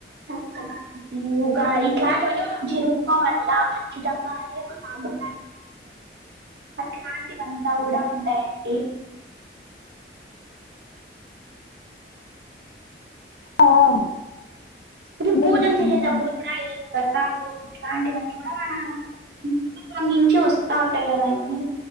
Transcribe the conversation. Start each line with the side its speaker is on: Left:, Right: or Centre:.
Right: సంక్రాంతి, ఉగాది ఇట్లాంటివన్నీ మనం జరుపుకో వల్ల ఖచ్చితంగా అనేది ఒక సామ్ర అట్లాంటి వంతా గుడ ఉంటాయండి.
Left: ఇంకా
Right: పుడు పూజలు
Left: ఈ సాంప్రదాయం
Right: చేసేటప్పుడు కూడా ఏం వ్రత్ తాలు ఇట్లాంటివన్నీ కూడా మన పూర్వం నుంచే వస్తా ఉంటాయి కదండి.